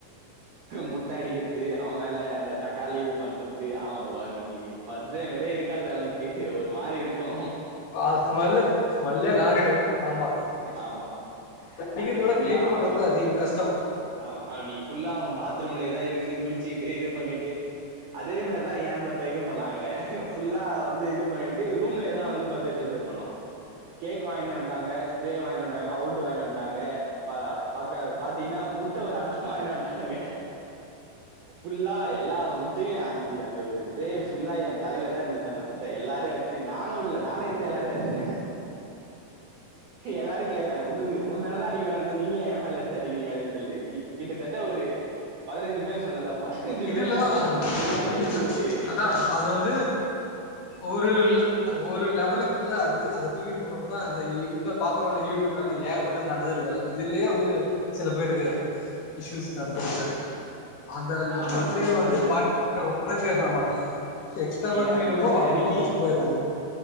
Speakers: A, on the right (about 65°); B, on the left (about 65°).
A: முட்டை அடிக்கிறது அவ மேல அந்த தக்காளி இது பண்றது அவ அன்னைக்கு பத்தேயோ வரே இருக்காது அவனுக்கு ஒரு மாரி இருக்கு
B: ப்பா ஸ்மெல்லு ஸ்மெல்லே நாறிடு ஆமா
A: ஆமா
B: அது அடிக்குரதவிட
A: அன்னைக்கு ஃபுல்லா
B: கிளீன் பண்றது
A: அவன் பா
B: அதிகோ கஷ்டோ
A: ஆமா அவ அன்னைக்கு ஃபுல்லா அவபாத்ரூம்லேயே தா இருந்து குளிச்சுக்கிட்டு இது பண்ணிட்டு அதே மாரிதா ஏன் பர்த்துடேக்கு பண்ணாங்க ஃபுல்லா வந்து இது பண்ணிட்டு ரூம்லேயேதா வந்து பர்த்டே செலிப்ரேட் பண்ணோ கேக் வாங்கினு வண்ட்டாங்க ஸ்ப்ரே வாங்கிட்டு வண்ட்டாங்க அவுட் வாங்கிணி வணாட்டாங்க இப்ப பாக்க பாத்தீங்கன்னா முட்ட ஒரு அட்ட வாங்கினு வண்டானுங்க ஃபுல்லா எல்லா முட்டையு அன்னைக்கு அந்த ஒரு டே ஃபுல்லா என் தலையில தா இருந்துச்சு அந்த முட்டை எல்லாரு அடிச்சு நானு உடல நானு எடுத்து எல்லாரையு அடிச்சிட்டே எல்லாரு கேக்குறாங்க உனக்கு உ மேலதா அடிக்க வாங்கினுவந்தே நீங்க ஏ மேல எடுத்து அடிக்கிறீங்க அப்டினு சொல்லிட்டு இப் கிட்டத்தட்ட ஒரு பதினைஞ்சு பேர் சொன்னல்ல பதினஞ்சு
B: இதுலதான்
A: பேரு மேலே அன்னைக்கு ஃபுல்லா நைட்
B: இது
A: ஒரு
B: அதான்
A: பத்து
B: அது வந்து ஒரு இல்ல அ ஒரு லெவலுக்கு மேல அது அத தூக்கிட்டு போறப்பதா அந்த இத பாக்குறோ இல்ல யூடியூப்ல எல்லா ஏக பட்டது நடந்திருக்கா வாய் இதுலயே வந்து சில பேருக்கு இஸ்யூஸ் நடந்திருக்கு அந்தல்ல
A: ஆமா
B: பத்ரே
A: ஆமா
B: வந்து
A: அந்த
B: பார் <unintelligible> ஆமா எக்ஸ்ட்ராவா தூக்கிட்டுப்போ
A: என் பர்த்டே அன்னைக்கி
B: ரொம்ப கஷ்டப்பற்றாங்க